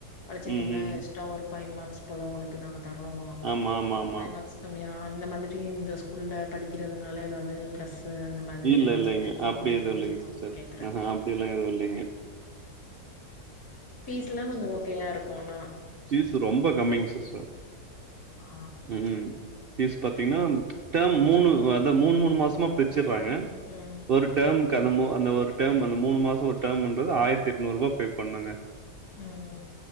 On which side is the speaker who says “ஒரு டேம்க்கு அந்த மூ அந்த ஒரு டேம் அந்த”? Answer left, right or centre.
Right